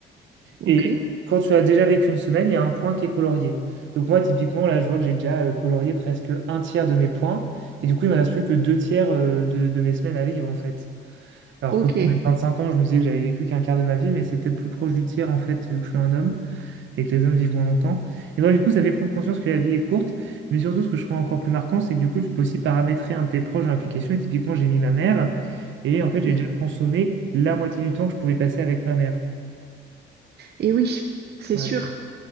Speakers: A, on the right (about 55°); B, on the right (about 70°).
A: ok,
B: Et quand tu as déjà vécu une semaine, il y a un point qui est colorié. Donc moi, typiquement, là, je vois que j'ai déjà euh, colorié presque un tiers de mes points. Et du coup, il ne me reste plus que deux tiers euh, de, de mes semaines à vivre, en fait. Alors
A: ok.
B: que quand j'ai 25 ans, je me disais que j'avais vécu qu'un quart de ma vie, mais c'est peut-être plus proche du tiers, en fait, vu que je suis un homme et que les hommes vivent moins longtemps. Et donc, du coup, ça fait prendre conscience que la vie est courte, mais surtout, ce que je trouve encore plus marquant, c'est que du coup, tu peux aussi paramétrer un de tes proches dans l'application. Et typiquement, j'ai mis ma mère, et en fait, j'ai
A: Mm.
B: déjà consommé la moitié du temps que je pouvais passer avec ma mère.
A: Et oui, c'est
B: Ouais.
A: sûr.